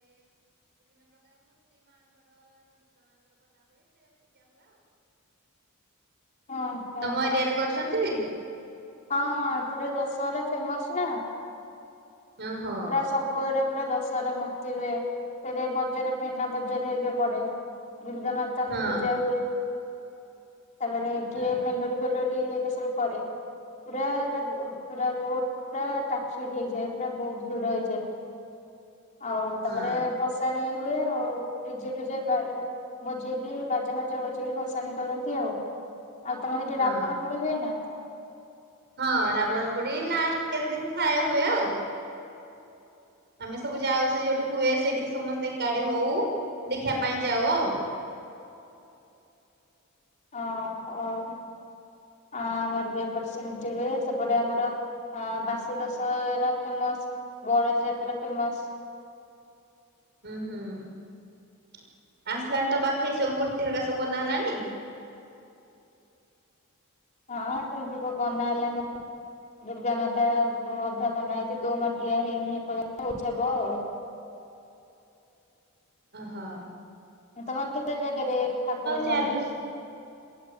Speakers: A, on the left (about 35°); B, on the right (about 50°).
A: ହଁ ହଁ
B: ତମ ଏରିିଆରେ କରୁଛନ୍ତି? <inaudible>
A: ହଁ ଏପଟେ ଦଶହରା ଫେମସ ନାଁ।
B: ଓହୋ
A: ପୁରା ସବୁଆଡେ ପୁରା ଦଶହରା ମୂର୍ତି ହୁଏ ସେଥିପାଇଁ ବଜାର ମୀନା ବଜାର ହେରିକା ପଡେ ଦୁର୍ଗା ମାତାଙ୍କ
B: ହଁ
A: ପୂଜା ହୁଏ। ତାପରେ କିଏ
B: ଓହୋ
A: ମେଲୋଡି ଫେଲୋଡି ଦଶମ ପରେ ପୁରା ପୁରା ରୋଡ ପୁରା <unintelligible> ହେଇଯାଏ ପୁରା ବହୁତ ଭିଡ ହେଇଯାଏ। ଆଉ
B: ହଁ।
A: ତାପରେ ଫସାଣି ହୁଏ ଆଉ ଡିଜେ ଡ଼ିଜେ ବା ବଜେଇକି ବାଜା ଫଜା ବଜେଇକି ଭସାଣି କରନ୍ତି ଆଉ। ଆଉ ତମର ହେଠି
B: ହଁ
A: ରାବଣ ପୋଡି ହୁଏ ନାଁ?
B: ହଁ ରାବଣ ପୋଡି ଲାଷ୍ଟ କେତେ ଦିନ ଥାଏ ହୁଏ ଆଉ। ଆମେ ସବୁ ଯାଉ ସେ ଯୋଉଠି ହୁଏ ସେଠିକି ସମସ୍ତେ ଏକାଠି ହଉ ଦେଖିବା ପାଇଁ ଯାଉ ଆଉ।
A: ଓ ହ ଆମର ଭି ଏପଟେ ସେମିତି ହୁଏ ସେପଟେ ଆମର ବାସି ଦଶହରା ଫେମସ, ବଳଦ ଯାତ୍ରା ଫେମସ।
B: ହୁଁ ହୁଁ। ଆସିଲାଣି ତ ପାଖେଇ ସ। <unintelligible> କେ ଏରା ସବୁ ବନା ହେଲଣି।
A: ହଁ ସେ ସବ ବନା ହେଲାନି ଦୁର୍ଗା ମାତା ଅଧା ବନା ହେଇଛି ଦୋମାଠିଆ ହେଇନି ଏପର୍ଯ୍ୟନ୍ତ ଉଛବ ଆଉ।
B: ଅହୋ।
A: ତମର କେତେ ଜାଗାରେ ଠାକୁର
B: ଚାଲୁଛି
A: ହୁଅନ୍ତି?